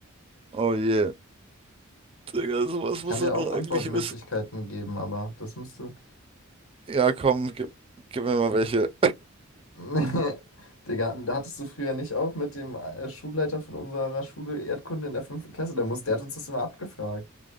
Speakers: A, on the right (about 25°); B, on the left (about 70°).
A: Oh je. Digga, sowas muss
B: kann dir
A: er noch
B: auch Antwortmöglichkeiten
A: eigentlich wissen.
B: geben, aber das müsste.
A: Ja, komm, gib, gib mir mal welche.
B: <laughs> Digga, da hattest du früher nicht auch mit dem äh, Schulleiter von unserer Schule Erdkunde in der fünften Klasse, der muss, der hat uns das immer abgefragt.